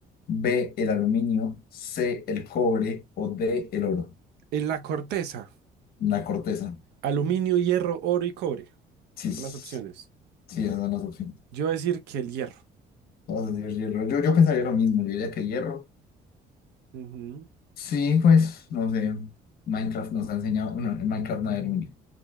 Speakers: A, on the left; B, on the right.
A: B, el aluminio, C, el cobre o D, el oro.
B: En la corteza,
A: La corteza.
B: aluminio, hierro, oro y cobre.
A: Sí, s-
B: Son las opciones.
A: sí, esas son las opciones.
B: Yo voy a decir que el hierro.
A: Todas las de hierro. Yo, yo pensaría lo mismo, yo diría que hierro.
B: Ujú.
A: Sí, pues, no sé. Minecraft nos ha enseñado, no, en Minecraft no hay aluminio.